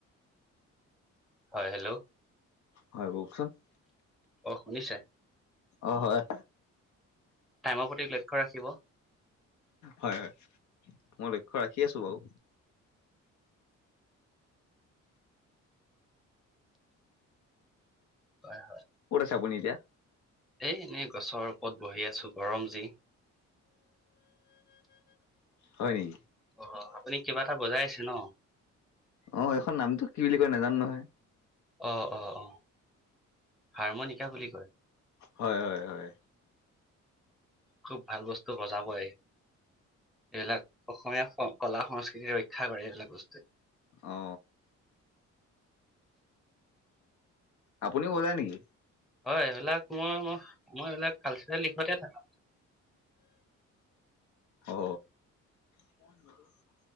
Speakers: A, in the centre; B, on the left.
A: হয় হেল্ল'
B: হয় কওকচোন
A: অ শুনিছে?
B: অ হয়
A: টাইমৰ প্ৰতি লক্ষ্য ৰাখিব
B: হয় হয় মই লক্ষ্য ৰাখি আছো বাৰু
A: হয় হয়
B: কত আছে আপুনি এতিয়া
A: এই এনেই গছৰ ওপৰত বহি আছো গৰম যি
B: হয় নেকি
A: অ আপুনি কিবা এটা বজাই আছে ন
B: অ এইখন নামটো কি বুলি কয় নাজানো নহয়
A: অ অ অ হাৰমনিকা বুলি কয়
B: হয় হয় হয়
A: খুব ভাল বস্তু বজাবই এইবিলাক অসমীয়া কলা সংস্কৃতি ৰক্ষা কৰে এইবিলাক বস্তুৱে
B: অ আপুনিও ওলায় নেকি
A: হয় এইবিলাক মই মই মই এইবিলাক কালচাৰেল দিশতে থাকো
B: অ ক